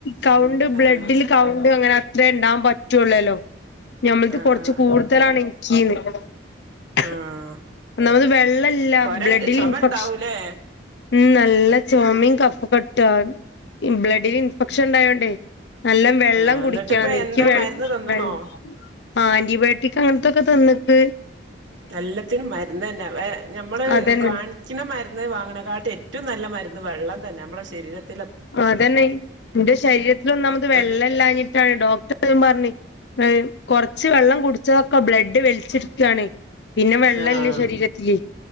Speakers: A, on the left; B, on the right.
A: കൗണ്ട് ബ്ലെഡിൽ
B: ആഹ്
A: കൗണ്ട് അങ്ങനെ അത്രേണ്ടാവാൻ പറ്റൊള്ളല്ലോ ഞമ്മൾത്
B: ആഹ്
A: കൊറ്
B: ആഹ് ആഹ്
A: അതാണെനിക്കീന്ന് <unintelligible>
B: ആഹ്
A: ഒന്നാമത് വെള്ളല്ലാ
B: കൊരണ്ട്
A: ബ്ലെഡിൽ
B: ചൊമ
A: ഇൻഫെക്ഷൻ
B: ഇണ്ടാവൂലേ
A: മ് നല്ല ചൊമീം, കഫക്കട്ടാ ബ്ലഡില് ഇൻഫെക്ഷൻ ഉണ്ടായോണ്ടേ. നല്ലോ വെള്ളം
B: ആഹ്
A: കുടിക്കൃന്ന്
B: എന്നിട്ടിപ്പ
A: ഇൻക്ക്
B: എന്താ
A: വെള്
B: മരുന്ന് തന്ന്ണോ
A: വെള് ആന്റിബയോട്ടിക് അങ്ങനത്തൊക്കെ തന്നിക്ക്.
B: എല്ലത്തിനും മര്ന്നനേ വെ ഞമ്മള്
A: അതന്നെ
B: കാൺ ചിലമരുന്ന് വാങ്ങുണേക്കാട്ടിഏറ്റം നല്ല മരുന്ന് വെള്ളം തന്നെമ്മളെ ശരീരത്തി
A: അതെന്നെ ഇന്റെ ശരീരത്തിലൊന്നാമത്
B: അത്ര
A: വെള്ളല്ലാഞ്ഞിട്ടാണ് ഡോക്ടർ അതേപറഞ്ഞ് <unintelligible> കൊറച്ച് വെള്ളം കുടിച്ചതൊക്കെ ബ്ലെഡ് വലിചിട്ക്കാണെയ് പിന്നെ വെള്ളല്ലേ
B: ആഹ്
A: ശരീരത്തില്